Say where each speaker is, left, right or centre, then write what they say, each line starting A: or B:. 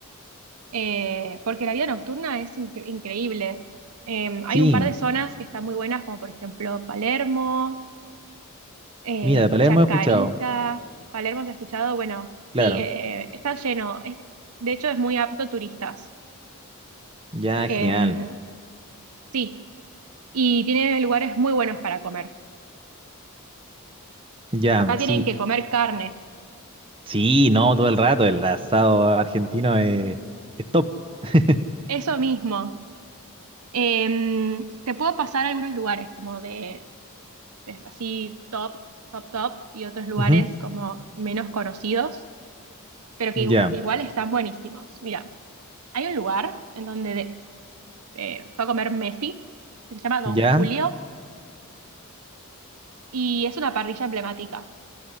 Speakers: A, on the right; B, on the right.
A: Eh, porque la vida nocturna es incre- increíble. Eh, hay
B: Sí,
A: un par de zonas que están muy buenas, como por ejemplo Palermo, eh,
B: mira, de Palermo
A: Chacarita.
B: he escuchado.
A: Palermo, ¿has escuchado? Bueno,
B: Claro.
A: sí, eh, eh, está lleno. Es- de hecho, es muy apto turistas.
B: Ya,
A: Eh,
B: genial.
A: sí, y tiene lugares muy buenos para comer.
B: Ya,
A: Acá
B: sí.
A: tienen que comer carne.
B: Sí, no, todo el rato el asado argentino es, es top. <laughs>
A: Eso mismo. Eh, te puedo pasar algunos lugares como de es así top, top, top, y otros lugares
B: Ujú,
A: como menos conocidos, pero que,
B: Ya,
A: que igual están buenísimos. Mira, hay un lugar en donde de- eh, fue a comer Messi, que se llama Don
B: ya.
A: Julio, y es una parrilla emblemática.